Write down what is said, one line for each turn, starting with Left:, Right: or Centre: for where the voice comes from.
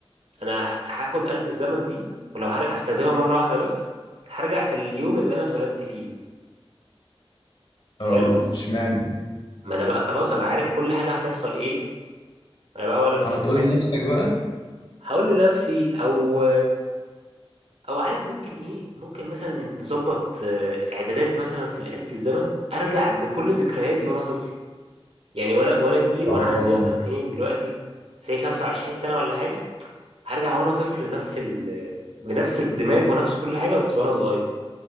Right: انا ه- هاخد آلة الزمن دي ولو هرجع هستخدمها مرة واحدة بس هرجع في اليوم اللي انا اتولدت فيه
Left: اه
Right: حلو
Left: اشمعنى بقى
Right: ما انا بقى خلاص انا عارف كل حاجة هتحصل ايه انا بقى ولا مش
Left: اه
Right: محتاج
Left: تقول لنفسك بقى
Right: هقول لنفسي او او عارف ممكن ايه ممكن مثلا نظبط آه، اعدادات مثلا في آلة الزمن ارجع بكل ذكرياتي وانا طفل يعني وانا وانا كبير
Left: اه
Right: وانا عندي مثلا ايه دلوقتي زي 25 سنة ولا حاجة هرجع وانا طفل نفس ال بنفس الدماغ ونفس كل حاجة بس وانا صغير